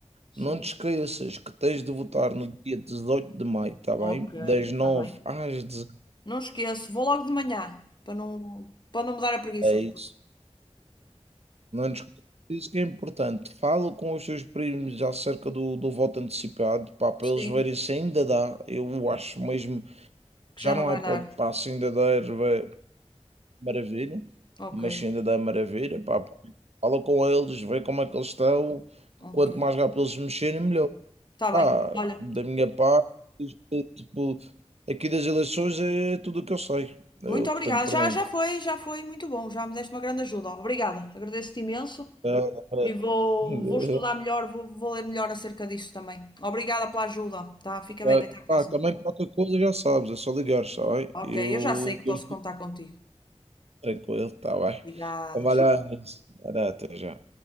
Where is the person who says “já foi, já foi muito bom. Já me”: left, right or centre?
Left